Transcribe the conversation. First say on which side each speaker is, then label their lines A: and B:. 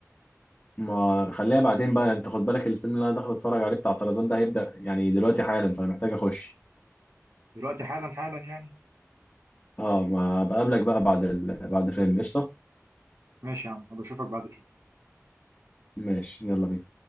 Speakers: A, on the left; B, on the right.
A: ما خليها بعدين بقى يعني انت خد بالك الفيلم اللي انا داخل اتفرج عليه بتاع طرزان ده هيبدا يعني دلوقتي حالا فانا محتاج اخش
B: دلوقتي حالا حالا يعني
A: اه ما بقابلك بقى بعد ال... بعد الفيلم قشطة
B: ماشي يا عم أبقى أشوفك بعد كده
A: ماشي يلا بينا